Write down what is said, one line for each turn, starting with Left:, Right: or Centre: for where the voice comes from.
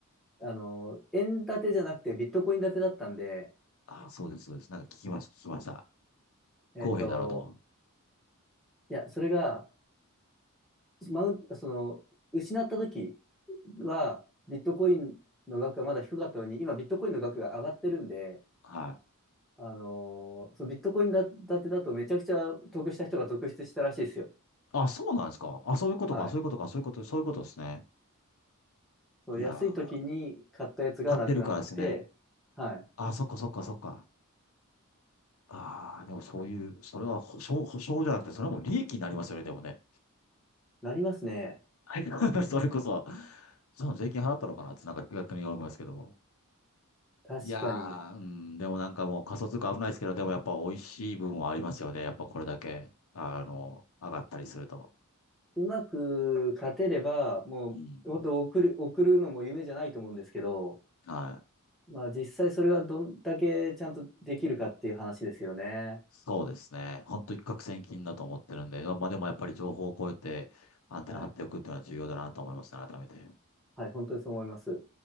Centre: あの、円建てじゃなくてビットコイン建てだったんで、
Left: ああ、そうです、そうです。なんか聞きました、聞きました。
Centre: えっと、
Left: 不公平だろうと。
Centre: いや、それが、マウンその、失った時は、ビットコインの額がまだ低かったのに、今ビットコインの額が上がってるんで、
Left: はい。
Centre: あのーそのビットコインだ建てだとめちゃくちゃ得した人が続出したらしいですよ。
Left: あ、そうなんですか。あ、そういうことか、
Centre: はい。
Left: そういうことか、そういうこと、そういうことですね。
Centre: そう、
Left: いやー、
Centre: 安い時に買ったやつがなくなって、
Left: 買ってるからですね。
Centre: はい。
Left: あ、そっか、そっか、そっか。ああ、でもそういう、それは保証、保証じゃなくて、それはもう利益になりますよね、でもね。
Centre: なりますね。
Left: はい <laughs> それこそ、その税金払ったのかなってなんか逆に思いますけども。
Centre: 確かに。
Left: いやー、うん、でもなんかもう仮想通貨危ないですけど、でもやっぱ美味しい部分はありますよね。やっぱこれだけ、あの、上がったりすると。
Centre: うまく勝てれば、もう、
Left: うん。
Centre: 本当送る、送るのも夢じゃないと思うんですけど、
Left: はい。
Centre: まあ実際それがどんだけちゃんとできるかっていう話ですよね。
Left: そうですね。本当一攫千金だと思ってるんで、まあでもやっぱり情報を超えてアンテナ張っておくっていうのは重要だなと思いましたね、
Centre: はい。
Left: 改めて。
Centre: はい、本当にそう思います。